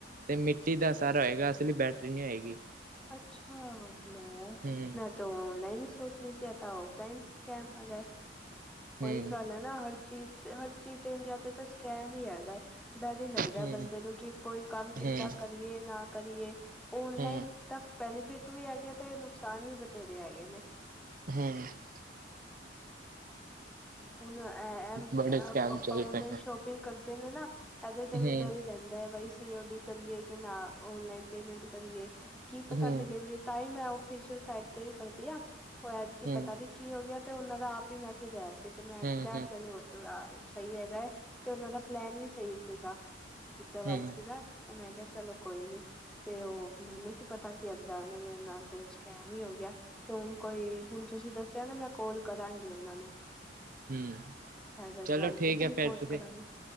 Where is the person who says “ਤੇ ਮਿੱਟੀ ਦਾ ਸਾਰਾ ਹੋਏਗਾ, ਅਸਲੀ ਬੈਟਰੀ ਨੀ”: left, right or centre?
Right